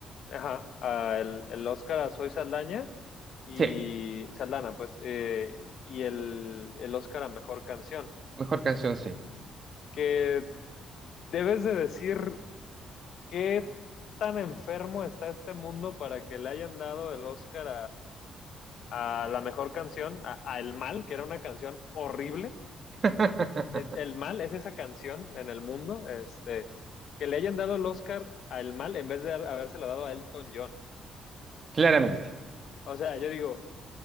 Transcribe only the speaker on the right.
Sí,
mejor canción, sí.
<laughs>
claramente.